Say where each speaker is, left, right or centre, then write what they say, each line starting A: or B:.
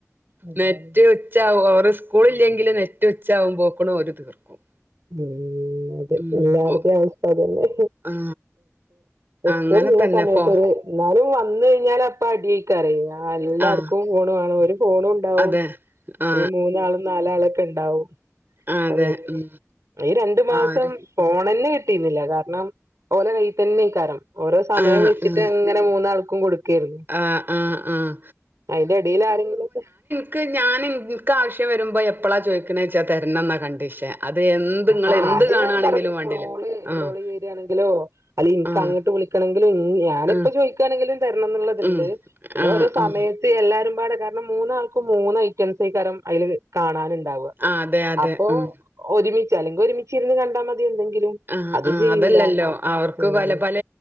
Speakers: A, on the right (about 80°); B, on the right (about 45°).
A: അതാണ്
B: നെറ്റ് ഉച്ച അവ സ്കൂള ഇല്ലെങ്കിൽ നെറ്റ് ഉച്ചാവുമ്പോക്കണ ഒരു തീർക്കും
A: ഉം അതെ
B: ഉം
A: എല്ലാരുടെയും
B: ഒ
A: ആവസ്ഥ്യംന്നെ
B: ആ അങ്ങനെ
A: സ്കൂള ഉള്ള
B: തന്നെ
A: സമയത്ത
B: ഫോ
A: ഒരു എന്നാലും വന്നു കഴിഞ്ഞാൽ അപ്പ അടി അയക്കാരെ എല്ലർക്കും
B: ആ
A: ഫോൺ വേണം ഫോണ ഉണ്ടാവും
B: അതെ ആ
A: ഈ മൂന്ന് ആൾ നാലാളൊക്കെ ഉണ്ടാവും
B: ആഹ് അതെ
A: അതന്നെ
B: ഉം
A: ഈ രണ്ടു മാസം
B: ആര്
A: ഫോണന്നെ കിട്ടിുന്നില്ല കാരണം ഓലെ കൈ തന്നെ കാരം ഓരോ സമയം
B: ആ
A: വെച്ചിട്ട്
B: ആ
A: അങ്ങനെ മൂന്നാൾക്കും കൊടുക്കായിരുന്നു
B: ആഹ് ആഹ് ആഹ്
A: അതിന്റെ എടെൽ ആരെങ്കിലൊക്കെ
B: എനിക്ക് ഞാൻ എനിക്ക് ആശ്യ വരുമ്പോൾ എപ്പോഴാണ് ചോദിക്കുന്നത് ച വച്ചാൽ തരണന്ന് കണ്ടീഷൻ അത് എന്ത് ഇങ്ങള്
A: ആഹ്
B: എന്ത്
A: അത്
B: കാണാണെങ്കിലും
A: ഞാൻ പറ
B: വാണ്ടില്ല
A: കോള്
B: ആഹ്
A: കോള് വെ രിയാണെങ്കിലോ അല്ലനി
B: ആഹ്
A: അങ്ങോട്ട് വിള ങ്കില ഞാൻ ഇപ്പ
B: ആഹ്
A: ചോദിക്കുകയാണെങ്കിലും തരണം എന്നുള്ളത്ണ്ട്
B: ഉം
A: പിന്നെ
B: ആഹ്
A: ഓരോ സമയത്ത്
B: ആഹ്
A: എല്ലാരും പാട കാരണം മൂന്നാൾക്കും മൂന്ന് ഐറ്റംസ കാരം അയ്ല് ൽ കാണാനുണ്ടാവും
B: ആഹ് അതെ അതെ
A: അപ്പൊ
B: ഉം
A: ഒരുമിച്ച് അല്ലെങ്കിൽ ഒരുമിച്ചച്ച് ഇരുന്ന് കണ്ടാ മതി എന്തെങ്കിലും
B: ആഹ്
A: അത്
B: ആഹ്
A: ചെയ്യൂല
B: അതല്ലല്ലോ
A: അപ്പൊ
B: അവർക്ക്
A: ഉം
B: പല പല